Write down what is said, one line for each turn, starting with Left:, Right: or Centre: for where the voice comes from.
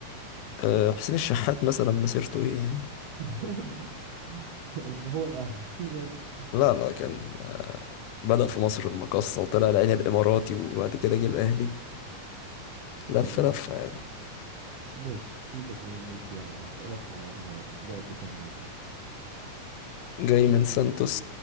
Left: آه، حسين الشحات مثلا مسيرته ايه يعني
Right: <laughs> هو الأهلي <laughs> بس
Left: لا لا كان بدأ في مصر المقاصة وطلع العين الإماراتي وبعد كده جه الأهلي لف
Right: اه
Left: لفة يعني
Right: ماشي سيبك من الناس دي يا عم هسألك على نيمار لعب كام نادي
Left: جاي من سانتوس